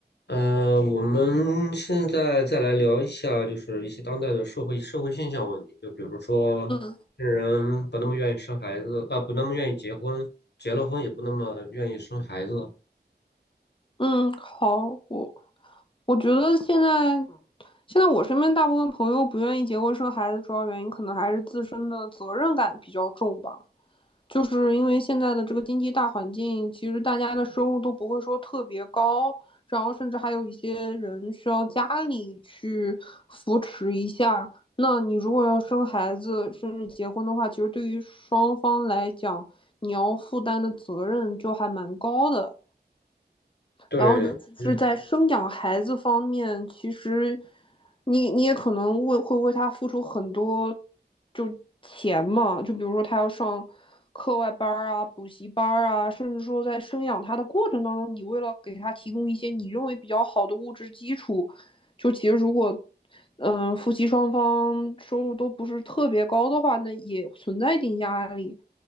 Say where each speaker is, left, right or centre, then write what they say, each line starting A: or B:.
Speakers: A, on the left; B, on the left.
A: 呃，我们现在再来聊一下，就是一些当代的社会社会现象问题，就比如说，
B: 嗯
A: 现在人不那么愿意生孩子啊，不那么愿意结婚，结了婚也不那么愿意生孩子。
B: 嗯，好，我我觉得现在现在我身边大部分朋友不愿意结婚生孩子，主要原因可能还是自身的责任感比较重吧。就是因为现在的这个经济大环境，其实大家的收入都不会说特别高，然后甚至还有一些人需要家里去扶持一下。那你如果要生孩子，甚至结婚的话，其实对于双方来讲，你要负担的责任就还蛮高的。
A: 对，
B: 然后尤其是在生养孩子方面，
A: 就
B: 其实你你也可能为会为他付出很多，就钱嘛，就比如说他要上课外班儿啊、补习班儿啊，甚至说在生养他的过程当中，你为了给他提供一些你认为比较好的物质基础，就其实如果嗯呃夫妻双方收入都不是特别高的话，那也存在一定压力，